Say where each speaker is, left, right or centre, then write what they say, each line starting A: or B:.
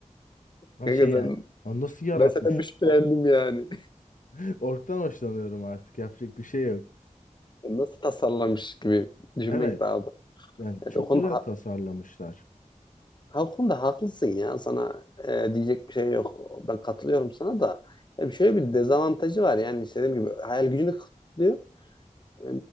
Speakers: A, on the left; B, on the left.
A: Ama
B: Kanka
A: şey yani
B: sen
A: "Aa, nasıl yaratmış?
B: ben senden bir şüphelendim yani.
A: <laughs> Orktan hoşlanıyorum artık yapacak bir şey yok.
B: Nasıl tasarlamış gibi düşünmek
A: Evet
B: daha da.
A: yani
B: Evet,
A: çok
B: o konuda
A: güzel tasarlamışlar.
B: Halkunda haklısın ya sana e, diyecek bir şey yok. Ben katılıyorum sana da. Ya bir şöyle bir dezavantajı var yani işte dediğim gibi hayal gücünü kısıtlıyor. E,